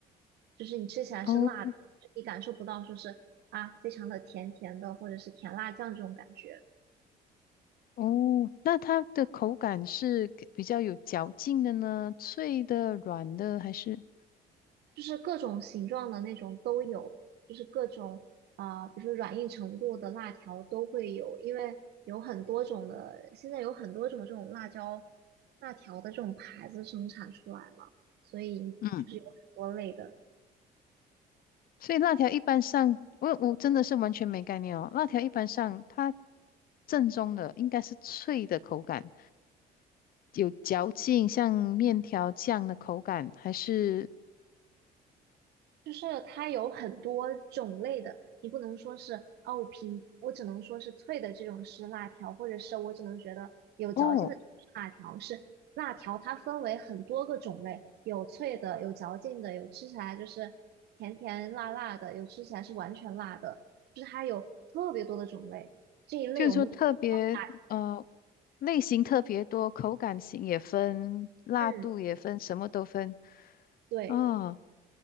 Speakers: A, on the right; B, on the left.
A: 就是你吃起来是辣的，
B: 哦。
A: 就你感受不到说是啊非常的甜甜的或者是甜辣酱这种感觉。
B: 哦，那它的口感是比较有嚼劲的呢，脆的、软的还是？
A: 就是各种形状的那种都有，就是各种啊、呃比如说软硬程度的辣条都会有，因为有很多种的，现在有很多种这种辣椒辣条的这种牌子生产出来嘛，所以就是有很多类的。
B: 嗯，所以辣条一般上，我我真的是完全没概念哦。辣条一般上，它正宗的应该是脆的口感，有嚼劲，像面条酱的口感，还是
A: 就是它有很多种类的，你不能说是哦，我平我只能说是脆的这种是辣条，或者是我只能觉得有嚼劲的这种是辣条，
B: 哦，
A: 是辣条它分为很多个种类，有脆的，有嚼劲的，有吃起来就是甜甜辣辣的，有吃起来是完全辣的，就是它有特别多的种类。这一类我们统称辣
B: 就是说特别呃类型特别多，口感型也分，辣度也分，
A: 制，
B: 什么都分。
A: 对，
B: 哦。